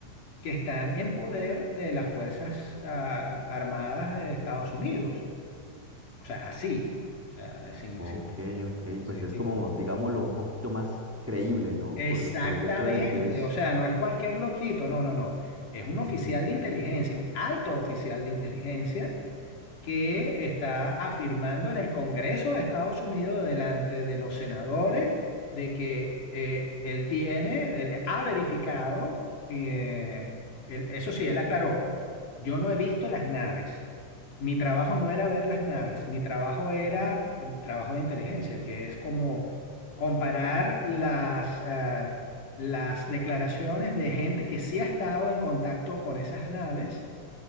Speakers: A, on the left; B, in the centre.
A: que están en poder de las Fuerzas ah, Armadas de Estados Unidos. O sea, así. O sea, sin,
B: Ok,
A: sin,
B: ok,
A: sin-
B: pues es
A: sin-
B: como, digámoslo, un poquito más creíble, ¿no?
A: Exactamente.
B: Por, por el hecho de que es...
A: O sea, no es cualquier loquito, no, no, no. Es un oficial
B: Ujú.
A: de inteligencia, un alto oficial de inteligencia que está afirmando en el Congreso de Estados Unidos delante de los senadores de que eh, él tiene, él ha verificado, eh, él- eso sí, él aclaró, yo no he visto las naves. Mi trabajo no era ver las naves, mi trabajo era el trabajo de inteligencia, que es como comparar las, ah, las declaraciones de gente que sí ha estado en contacto con esas naves